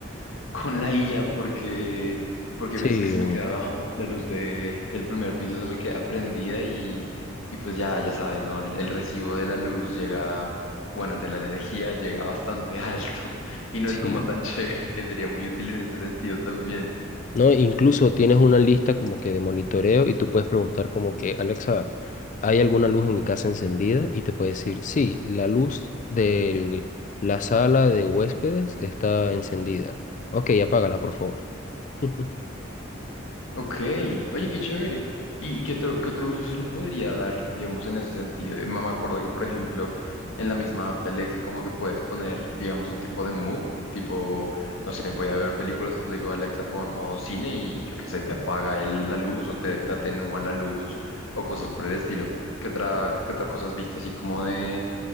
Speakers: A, on the left; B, on the left.
A: <laughs> con la IA porque, porque
B: Sí,
A: a veces que se me queda abajo la luz de, del primer piso se me queda prendida y, y pues ya, ya sabes, ¿no? El, el recibo de la luz llega, bueno, el de la energía llega bastante alto <laughs> y no
B: sí.
A: es como tan <laughs> chévere. Sería muy útil en ese sentido también.
B: ¿no? Incluso tienes una lista como que de monitoreo y tú puedes preguntar como que, Alexa, ¿hay alguna luz en mi casa encendida? Y te puede decir, sí, la luz de la sala de huéspedes está encendida. Ok, apágala, por favor. <laughs>
A: Ok, oye, qué chévere. ¿Y, y qué otro, qué otro uso se le podría dar, digamos, en ese sentido? Eh, Me me acuerdo que, por ejemplo, en la misma app de Alexa, como que puedes poner, digamos, un tipo de mood, tipo, no sé, voy a ver películas, le digo, Alexa, pon modo cine y yo qué sé, te apaga el- la luz o te, te atenúa la luz o cosas por el estilo. ¿Qué otra, qué otra cosa has visto así como de,